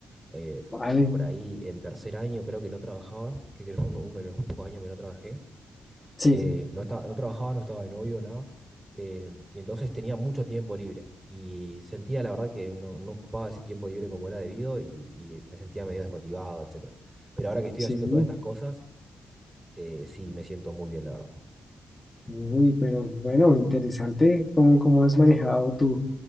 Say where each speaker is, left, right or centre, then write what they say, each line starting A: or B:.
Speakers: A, on the right (about 20°); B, on the left (about 25°).
A: Eh,
B: vale,
A: por ahí en tercer año creo que no trabajaba, que creo que fue uno, uno de los pocos años que no trabajé.
B: sí,
A: Eh, no estaba, no trabajaba, no estaba de novio, nada. Eh, y entonces tenía mucho tiempo libre y sentía la verdad que no, no ocupaba ese tiempo libre como era debido y, y me sentía medio desmotivado, etcétera. Pero ahora que estoy
B: sí.
A: haciendo todas estas cosas, eh, sí, me siento muy bien, la verdad.
B: Uy, pero bueno, interesante cómo, cómo has manejado tu